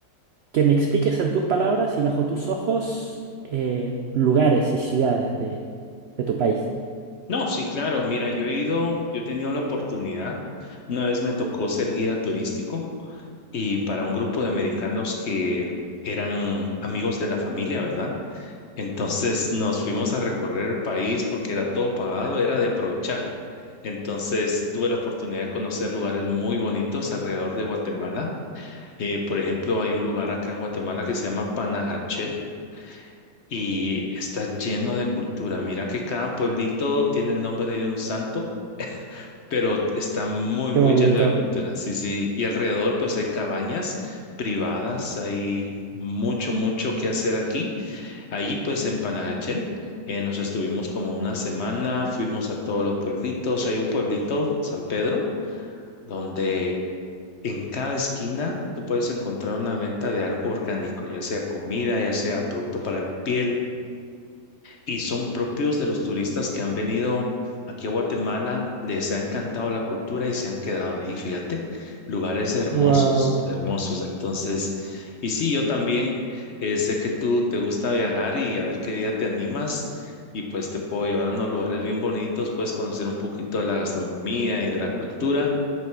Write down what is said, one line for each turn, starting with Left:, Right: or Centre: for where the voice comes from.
Right: que me expliques en tus palabras y bajo tus ojos eh, lugares y ciudades de, de tu país.
Left: No, sí, claro. Mira, yo he ido, yo he tenido la oportunidad. Una vez me tocó ser guía turístico y para un grupo de americanos que eran amigos de la familia, ¿verdad? Entonces nos fuimos a recorrer el país porque era todo pagado, era de aprovechar. Entonces tuve la oportunidad de conocer lugares muy bonitos alrededor de Guatemala. Eh, por ejemplo, hay un lugar acá en Guatemala que se llama Panajachel y está lleno de cultura. Mira que cada pueblito tiene el nombre de un santo, pero está muy, muy
Right: Qué bonito.
Left: lleno de cultura. Sí, sí. Y alrededor, pues hay cabañas privadas, hay mucho, mucho que hacer aquí. Ahí, pues en Panajachel, eh, nos estuvimos como una semana, fuimos a todos los pueblitos. Hay un pueblito, San Pedro, donde... En cada esquina tú puedes encontrar una venta de algo orgánico, ya sea comida, ya sea producto para la piel, y son propios de los turistas que han venido aquí a Guatemala, les ha encantado la cultura y se han quedado ahí, fíjate, lugares hermosos,
Right: Wow.
Left: hermosos. Entonces, y sí, yo también eh, sé que tú te gusta viajar y a ver qué día te animas y pues te puedo llevar a unos lugares bien bonitos, puedes conocer un poquito de la gastronomía y de la cultura